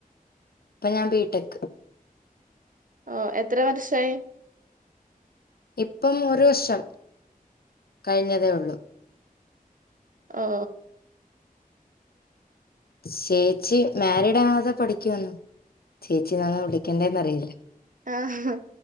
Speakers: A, on the left; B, on the right.
A: ഇപ്പൊ ഞാൻ ബിടെക്
B: ഓ എത്ര വർഷായി
A: ഇപ്പം ഒരു വർഷം കഴിഞ്ഞതേ ഉള്ളൂ
B: ഓ
A: ചേച്ചി മാരിഡ് ആണോ അതൊ പഠിക്കുവാണോ ചേച്ചി എന്നാണോ വിളിക്കണ്ടേന്നറിയില്ല
B: ആഹ്